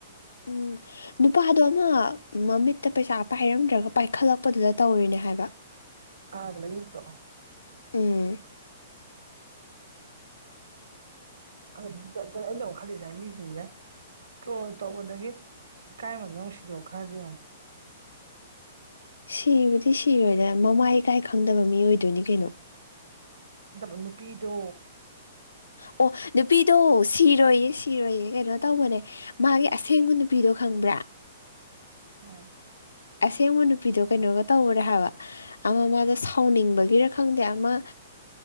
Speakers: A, on the left; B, on the right.
A: ꯎꯝ ꯅꯨꯄꯥꯗꯣ ꯑꯃ ꯥꯃꯃꯤꯠꯇ ꯄꯩꯁꯥ ꯄꯥꯏꯔꯝꯗ꯭ꯔꯒ ꯄꯥꯏꯈꯠꯂꯛꯄꯗꯨꯗ ꯇꯧꯔꯤꯅꯦ ꯍꯥꯏꯕ
B: ꯍꯥꯏꯒꯂ ꯏ ꯇꯣ <unintelligible>
A: ꯎꯝ
B: ꯈꯪꯗꯦꯗ ꯑꯗꯨ ꯑꯩꯅ ꯑꯃꯨꯛ ꯈꯜꯂꯤꯁꯦ ꯃꯤꯁꯤꯡꯁꯦ ꯇ꯭ꯔꯣꯜ ꯇꯧꯕꯗꯒꯤ ꯏꯀꯥꯏ ꯃꯟꯗꯅ ꯑꯃꯨꯛ ꯁꯤꯗꯣꯛ ꯈꯔꯥꯗꯤ ꯌꯦꯡꯉꯣ
A: ꯁꯤꯕꯨꯗꯤ ꯁꯤꯔꯣꯏꯗ ꯃꯃꯥꯏꯀꯥꯏ ꯈꯪꯗꯕ ꯃꯤ ꯑꯣꯏꯗꯣꯏꯅꯤ ꯀꯩꯅꯣ
B: ꯅꯕꯨ ꯅꯨꯄꯤꯗꯣ
A: ꯑꯣ ꯅꯨꯄꯤꯗꯣ ꯁꯤꯔꯣꯏꯌꯦ ꯁꯤꯔꯣꯏꯌꯦ ꯀꯩꯅꯣ ꯇꯧꯕꯅꯦ ꯃꯥꯒꯤ ꯑꯁꯦꯡꯕ ꯅꯨꯄꯤꯗꯣ ꯈꯪꯕ꯭ꯔꯥ
B: ꯎꯝ
A: ꯑꯁꯦꯡꯕ ꯅꯨꯄꯤꯗꯣ ꯀꯩꯅꯣꯒ ꯇꯧꯔꯦ ꯍꯥꯏꯕ ꯑꯃ ꯃꯥꯗ ꯁꯥꯎꯅꯤꯡꯕꯒꯤꯔ ꯈꯪꯗꯦ ꯑꯃ